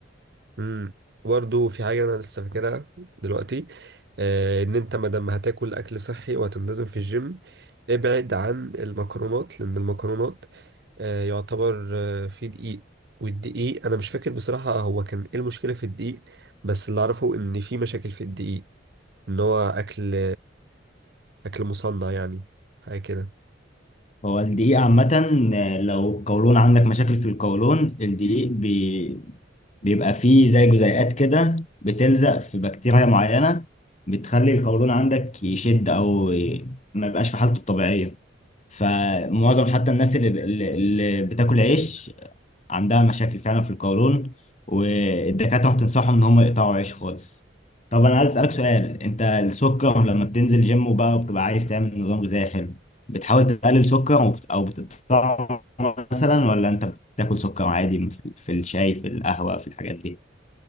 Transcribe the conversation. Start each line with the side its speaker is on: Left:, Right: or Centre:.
Right: امم برضه في حاجة انا لسه فاكرها دلوقتي آه ان انت ما دام هتاكل اكل صحي وهتنتظم في الجيم ابعد عن المكرونات لان المكرونات آه يعتبر آه فيه دقيق والدقيق انا مش فاكر بصراحة هو كان ايه المشكلة في الدقيق بس اللي اعرفه ان في مشاكل في الدقيق اللي هو أكل أكل مصنع يعني حاجة كده
Left: هو الدقيق عامة آه، لو القولون عندك مشاكل في القولون الدقيق بي... بيبقى فيه زي جزيئات كده بتلزق في بكتيريا معينة بتخلي القولون عندك يشد أو ي- ما يبقاش في حالته الطبيعية فمعظم حتى الناس اللي, اللي اللي بتاكل عيش عندها مشاكل فعلا في القولون والدكاترة بتنصحهم إن هم يقطعوا عيش خالص طب أنا عايز أسألك سؤال أنت السكر لما بتنزل جيم وبقى وبتبقى عايز تعمل نظام غذائي حلو بتحاول تقلل سكر وبت- أو بتقطعه مثلا ولا أنت بتاكل سكر عادي في في الشاي في القهوة في الحاجات دي؟